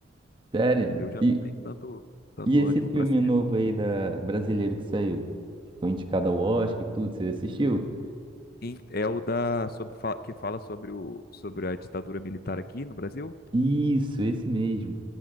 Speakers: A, on the right (about 25°); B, on the left (about 50°).
A: Sério.
B: Eu já
A: E,
B: não tenho tanto, tanto
A: e esse
B: ânimo
A: filme
B: pra cinema,
A: novo
B: não.
A: aí da brasileiro que saiu, que foi indicado ao Oscar e tudo, você assistiu?
B: Em- É o da sobre, fa- que fala sobre, o, sobre a ditadura militar aqui no Brasil?
A: Isso, esse mesmo.